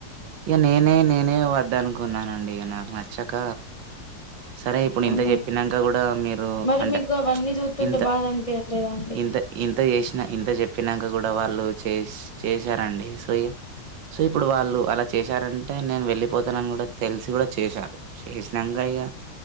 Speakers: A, on the right (about 80°); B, on the left (about 20°).
A: ఇగ నేనే నేనే వద్ద అనుకున్నానండి ఇ నాకు నచ్చక సరే ఇప్పుడు
B: అవునా
A: ఇంత చెప్పినాక కూడా మీరు
B: మరి
A: అంటే
B: మీకు అవన్నీ చూస్తుంటే
A: ఇంత
B: బాధ అనిపియట్లేదా అండి
A: ఇంత ఇంత చేసినా ఇంత చెప్పినాక కూడా ఇ వాళ్ళు చే చేసారండి సో ఇ సో ఇప్పుడు వాళ్ళు అలా చేశారంటే నేను వెళ్ళిపోతానని కూడా తెలిసి కూడా చేశారు చేసినాక ఇగ